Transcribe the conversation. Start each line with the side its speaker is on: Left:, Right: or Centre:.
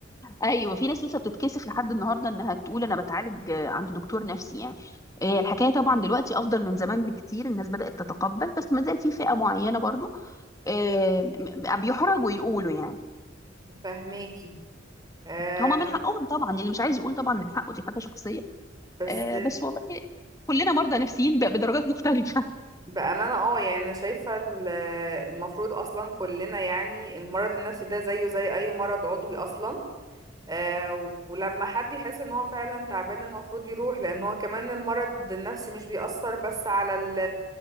Left: ايوه في ناس لسه بتتكسف لحد النهارده انها تقول انا بتعالج آه، عند دكتور نفسي يعني آه، الحكايه طبعا دلوقتي افضل من زمان بكتير الناس بدات تتقبل بس ما زال في فئه معينه برضو آه، م- م- بيحرجوا يقولوا يعني
Right: فهماكي آه
Left: هما من حقهم طبعا اللي مش عايز يقول طبعا من حقه دي حاجه شخصيه
Right: بس
Left: آه، بس والله كلنا مرضى نفسيين ب- بدرجات مختلفه
Right: بأمانة اه يعني أنا شايفة ال- المفروض أصلا كلنا يعني المرض النفسي ده زيه زي أي مرض عضوي أصلا آه ولما حد يحس ان هو فعلا تعبان المفروض يروح لان هو كمان المرض النفسي مش بيأثر بس على ال